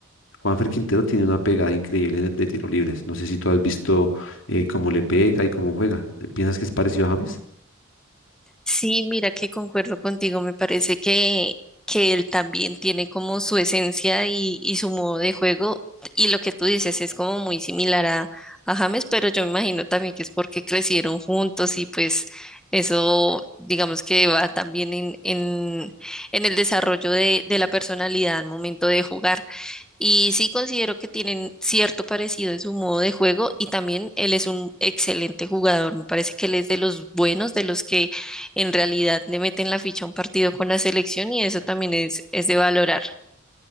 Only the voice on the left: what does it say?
Juanfer Quintero tiene una pegada increíble de, de tiro libres. No sé si tú has visto eh, cómo le pega y cómo juega. ¿Piensas que es parecido a James?